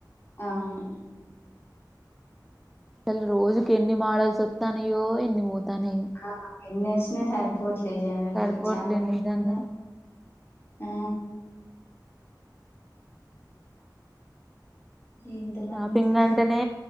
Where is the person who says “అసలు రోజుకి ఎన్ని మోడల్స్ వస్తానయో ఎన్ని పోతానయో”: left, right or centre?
Centre